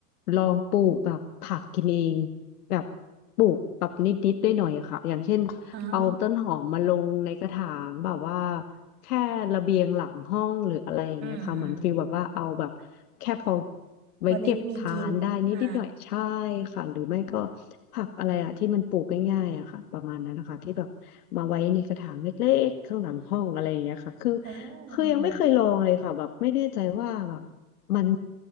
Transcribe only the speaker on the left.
ลองปลูกแบบผักกินเองแบบปลูกแบบนิดๆได้หน่อยอะค่ะอย่างเช่นเอาต้นหอมมาลงในกระถางแบบว่า
แค่ระเบียงหลังห้องหรืออะไรอย่างเงี้ยค่ะเหมือนฟีลแบบว่าเอาแบบแค่พอ
ไว้เก็บทานได้นิดนิดหน่อยใช่
ค่ะหรือไม่ก็ผักอะไรอะที่มันปลูกง่ายๆอะค่ะประมาณนั้นนะคะที่แบบมาไว้ในกระถางเล็กๆข้างหลังห้องอะไรอย่างเงี้ยค่ะคือ
คือยังไม่เคยลองเลยค่ะแบบไม่แน่ใจว่าแบบมัน